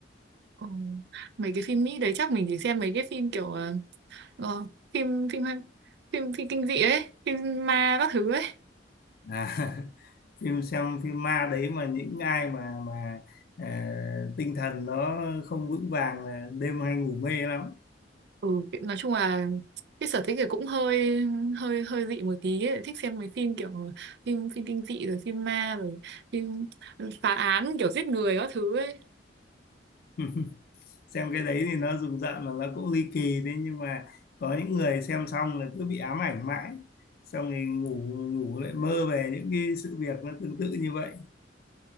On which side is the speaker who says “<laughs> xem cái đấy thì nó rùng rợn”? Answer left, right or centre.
Left